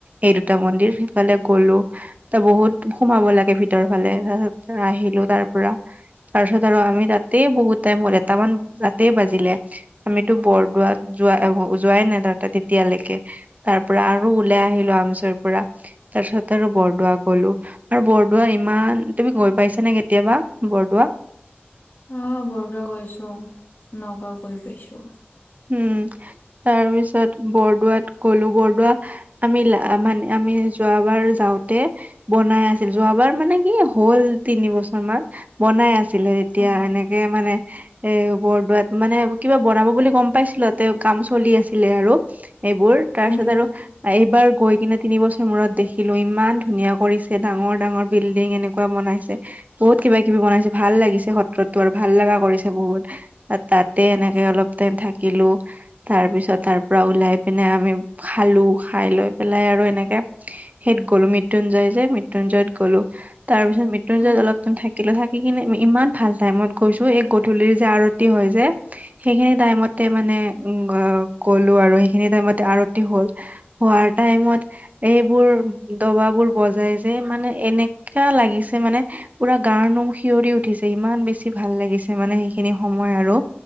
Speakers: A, on the right; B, on the left.
A: এই দুটা মন্দিৰ সিফালে গলো ত বহুত সোমাব লাগে ভিতৰ ফালে তাৰ পিছত আহিলো তাৰ ৰা তাৰপিছত আৰু আমি তাতে বহুত টাইম হল এটামান তাতে বাজিলে। আমিতো বৰদোৱাত যোৱা যোৱাই নাই তাতে তেতিয়ালেকে। তাৰ পৰা আৰু ওলাই আহিলো আমচুৰ পৰা তাৰ পিছত আৰু বৰদোৱা গলো। আৰু বৰদোৱা ইমান, তুমি গৈ পাইছা নে কেতিয়াবা বৰদোৱা?
B: অ বৰদোৱা গৈছো, নগাওঁ গৈ পাইছো।
A: উম। তাৰপিছত বৰদোৱাত গলো বৰদোৱা আমি লা মানে আমি যোৱাবাৰ যাওঁতে বনাই আছিল যোৱাবাৰ মানে কি হ'ল তিনি বছৰ মান। বনাই আছিলে এতিয়া
B: অ
A: এনেকে মানে এ বৰদোৱাত মানে কিবা বনাব বুলি গম পাইছিলোঁ তাতে তেওঁ কাম চলি আছিলে আৰু এইবোৰ তাৰপিছত
B: উম
A: আৰু এইবাৰ গৈ কিনে তিনিবছৰ মূৰত দেখিলোঁ ইমান ধুনীয়া কৰিছে ডাঙৰ-ডাঙৰ বিল্ডিং এনে নেকুৱা বনাইছে বহুত কিবা কিবি বনাইছে ভাল লাগিছে সত্ৰতো আৰু ভাল লাগা কৰিছে বহুত। অ, তাতে এনেকে অলপ টাইম থাকিলোঁ তাৰপিছত তাৰপৰা ওলাই পিনে আমি খালো খাই লৈ পেলাই আৰু এনেকে সেইত গ'লো মৃত্যুঞ্জয় যে মৃত্যুঞ্জয়ত গ'লো। তাৰ পিছত মৃত্যুঞ্জয়
B: উম
A: অলপম থাকিলো থাকি কিনে ইমান ভাল টাইমত গৈছো এই গধূলিৰ যে আৰ ৰতি হৈ যে সেইখিনি টাইমত তে মানে <unintelligible> গ'লো আৰু সেইখিনি টাইমতে আৰতি হ'ল হোৱাৰ টাইমত এইবোৰ দবাবোৰ বজাই যে মানে এনেকা লাগিছে মানে পুৰা গাৰ নোম হিঞৰি উঠিছে ইমান বেছি ভাল লাগিছে মানে সেইখিনি সময় আৰু